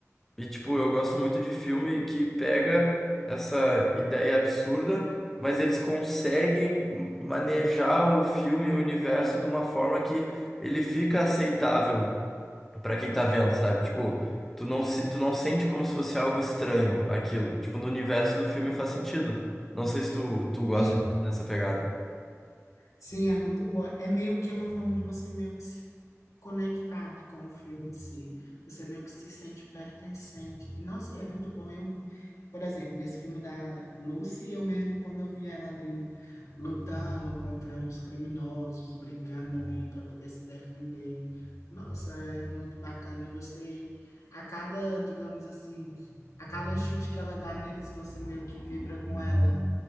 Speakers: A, in the centre; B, on the left (about 75°).
A: E, tipo, eu gosto muito de filme que pega essa ideia absurda, mas eles conseguem manejar o filme e o universo de uma forma que ele fica aceitável para quem tá vendo, sabe? Tipo, tu não se, tu não sente como se fosse algo estranho aquilo. Tipo, no universo do filme faz sentido. Não sei se tu, tu gosta
B: sim,
A: nessa pegada.
B: sim, é muito boa. É meio que uma forma de você meio que se conectar né, com o filme em si. Você meio que se sente pertencente. E, nossa, e é muito bom. Eu, por exemplo, nesse filme da Lucy, eu mesmo, quando eu vi ela ali lutando contra os criminosos, brigando ali para poder se defender, nossa, é muito bacana. E você, a cada, digamos assim, a cada chute que ela dá neles, você meio que vibra com ela.